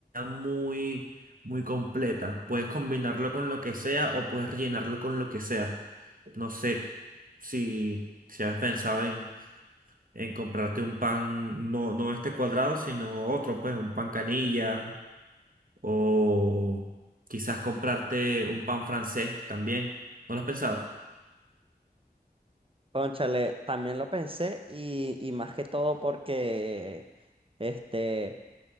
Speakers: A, on the right; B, on the right.
A: muy, muy completa. Puedes combinarlo con lo que sea o puedes rellenarlo con lo que sea. No sé si, si has pensado en, en comprarte un pan, no, no este cuadrado, sino otro, pues un pan canilla o quizás comprarte un pan francés también. ¿No lo has pensado?
B: Cónchale, también lo pensé y, y más que todo porque este,